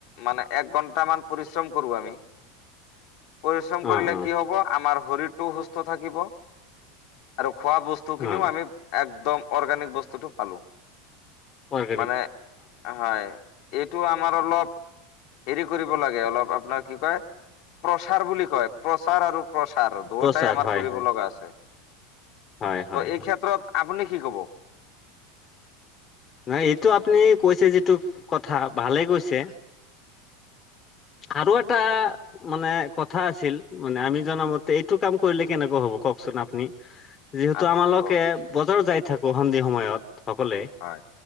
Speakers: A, on the left (about 55°); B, on the left (about 25°).
A: মানে, এক ঘন্টামান পৰিশ্ৰম কৰো আমি পৰিশ্ৰম
B: অ',
A: কৰিলে
B: অ',
A: কি হব, আমাৰ শৰীৰটোও সুস্থ থাকিব। আৰু খোৱা বস্তুখিনিও
B: অ',
A: আমি একদম অৰ্গেনিক বস্তুটো পালো।
B: চৰকাৰী
A: মানে হয়। এইটো আমাৰ অলপ হেৰি কৰিব লাগে, অলপ আপোনাৰ কি কয় প্ৰচাৰ বুলি কয়, প্ৰচাৰ আৰু প্ৰচাৰ দুয়টাই
B: প্ৰচাৰ
A: আমাৰ
B: হয়,
A: কৰিব
B: হয়,
A: লগা আছে। ত'
B: হয়, হয়,
A: এই
B: হয়,
A: ক্ষেত্ৰত আপুনি কি কব?
B: নাই, এইটো আপুনি কৈছে যিটো কথা ভালে কৈছে। আৰু এটা মানে কথা আছিল, মানে আমি জনামতে এইটো কাম কৰিলে কেনেকুৱা হ'ব কওকচোন আপুনি যিহেতু
A: আহ,
B: আমালোকে,
A: কওক
B: বজাৰ যাই থাকো সন্ধি সময়ত সকলোৱে।
A: হয়।